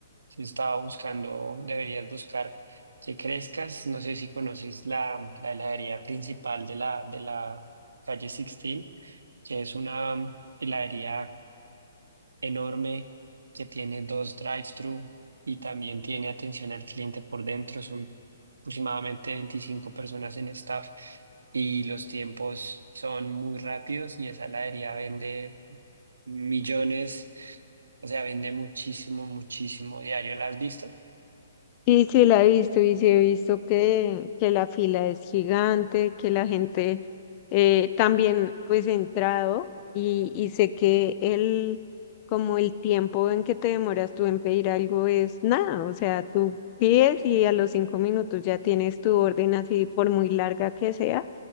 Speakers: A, on the right (about 80°); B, on the left (about 35°).
A: Si estaba buscando, deberías buscar que crezcas. No sé si conoces la, la heladería principal de la, de la calle 16, que es una heladería enorme que tiene dos drive-thru y también tiene atención al cliente por dentro. Son aproximadamente 25 personas en staff y los tiempos son muy rápidos y esa heladería vende millones, o sea, vende muchísimo, muchísimo diario. ¿La has visto?
B: Sí, sí, la he visto y sí he visto que, que la fila es gigante, que la gente eh, también pues he entrado y, y sé que el, como el tiempo en que te demoras tú en pedir algo es nada, o sea, tú pides y a los cinco minutos ya tienes tu orden así por muy larga que sea